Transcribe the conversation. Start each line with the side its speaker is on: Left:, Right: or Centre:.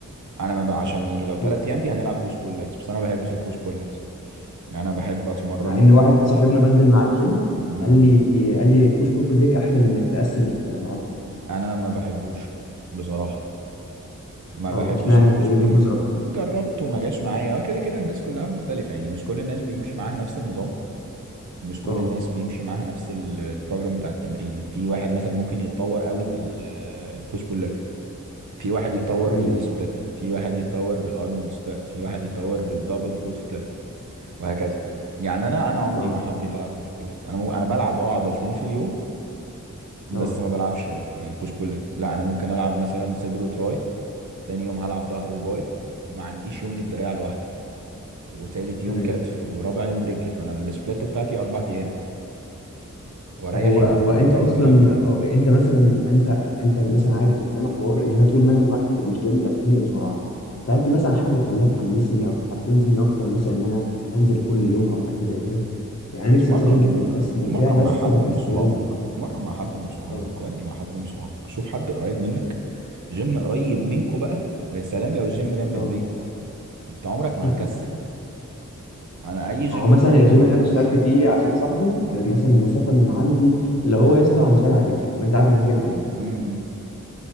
Right: انا ما بقى عشان يعني لو تلات
Left: طب
Right: ايام دي هنلعب بوش بول ليجز بس انا ما بحبش البوش بول ليجز يعني انا بحب اتمرن
Left: مع ان واحد صاحبنا بنزل معاه الجيم
Right: مم.
Left: قال لي قال لي بوش بول ليج احلى من انك تقسم ال- العضله
Right: انا ما بحبوش بصراحة ما بحبش
Left: اه اشمعنى
Right: البوش
Left: ايه وجهه
Right: بول
Left: نظرك
Right: جربته ما جاش معايا هو كده كده الناس كلها مختلفة يعني مش كل الناس بيمشي معاها نفس النظام مش كل
Left: اه
Right: الناس بيمشي معاها نفس ال- البروجرام بتاع التمرين في واحد مثلا ممكن يتطور قوي بالبوش بول لك في واحد يتطور
Left: جميل
Right: بالسبلت في واحد يتطور بالارنولد سبلت في واحد يتطور بالدبل برو سبلت وهكذا يعني انا انا عمري
Left: اه
Right: ما حبيت العب بوش بول ليجز انا مو- انا بلعب اه عضلتين في اليوم بس
Left: اه
Right: ما بلعبش بوش بول ليج لا انا ممكن العب مثلا صدر وتراي تاني يوم هلعب ظهر وباي ما عنديش يوم للدراع لوحده وتالت يوم
Left: تمام
Right: كتف ورابع يوم رجل فانا السبلات بتاعتي اربع ايام واريح
Left: طب هو
Right: يوم
Left: هو انت
Right: وحيد
Left: اصلا
Right: اربع ايام
Left: اه، انت مثلا انت انت مثلا عارف ان انا حوار ان انا طول ما انا لوحدي في الجيم بتخنق بسرعه فهل في مثلا حاجه خليها تحمسني او تحفزني اكتر مثلا ان انا انزل كل يوم او حاجه زي كده يعني أنا
Right: اتمرن
Left: نفسي مثلا اشوف جسمي متقسم
Right: اتمرن
Left: وبتاع بس
Right: مع حد
Left: بكسل
Right: من صحابك
Left: انزل
Right: اتمرن مع حد من صحابك
Left: اه
Right: ودي مع حد من صحابك شوف حد قريب منك جيم قريب منكو بقى ويا سلام لو الجيم جنب
Left: اه
Right: البيت انت عمرك ما
Left: <laughs>
Right: هتكسل انا اي جيم
Left: هو مثلا
Right: بعيد
Left: الجيم
Right: ما بروحوش
Left: اللي انا اشتركت فيه عشان صاحبي مثلا المسافه من عندي اللي هو يسطا عن شارع العريش وانت عارف انا ساكن فين
Right: امم